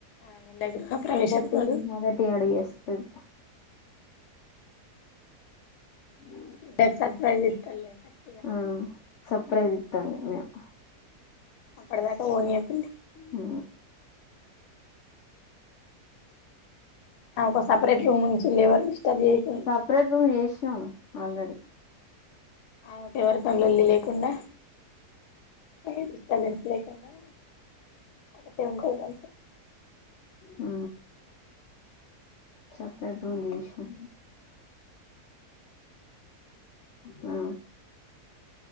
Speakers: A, on the left; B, on the left.
A: ఆమె దగ్గర ప్రవేశం
B: మొదటి
A: రోజు
B: మొదటి ఆడుగు వేస్తది ఓ
A: డ్రెస్ సర్ప్రైజ్ ఇత్తది లే అక్క
B: ఆ సర్ప్రైజ్ ఇత్తం మేము
A: అప్పటిదాకా పోనీయ కుండి
B: ఆ
A: నాకు సపేరేట్ రుమ్ <unintelligible>
B: సపరేట్ రూమ్ చేసినాం ఆల్రెడీ
A: ఆమెతో ఎవ్వరితో లోల్లి లేకుండా ఏ డిస్టబెన్స్ లేకుడా ఒకతే ఉంటే మంచిది
B: ఆ సపరేట్ రూమ్ చేసినం ఆ